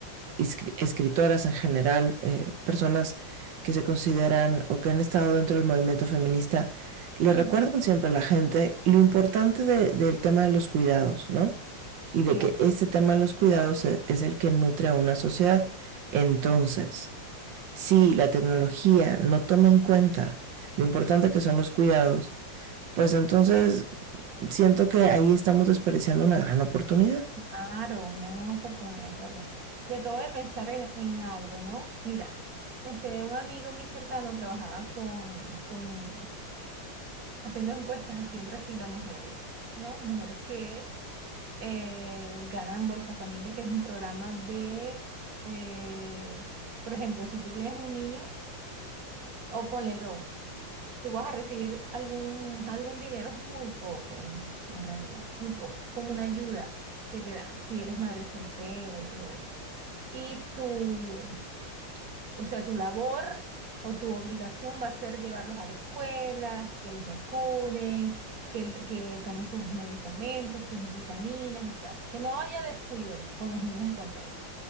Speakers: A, on the right; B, on the right.
A: escri- escritoras en general, eh, personas que se consideran o que han estado dentro del movimiento feminista, le
B: Ujú.
A: recuerdan siempre a la gente lo importante de- del tema de los cuidados, ¿no? Y de
B: Sí,
A: que este tema de los cuidados e- es el que nutre a una sociedad. Entonces... Si la tecnología no toma en cuenta lo importante que son los cuidados, pues entonces siento que ahí estamos desperdiciando una gran oportunidad.
B: claro, una gran oportunidad, es verdad. Y acabo de pensar en, en algo, ¿no? Mira, este, un amigo muy cercano trabajaba con, con haciendo encuestas aquí en Brasil a mujeres, ¿no? Mujeres que eh, ganan Bolsa Familia, que es un programa de, eh, por ejemplo, si tú tienes un niño, o ponle dos. tú vas a recibir algún, algún dinero muy poco, en, en realidad, muy poco, como una ayuda que te dan si eres madre soltera y todo eso. Y tu, o sea, tu labor o tu obligación va a ser llevarlos a la escuela, que los vacunen, que, l- que tomen sus medicamentos, sus vitaminas y tal. Que no haya descuido con los niños en cuanto a eso.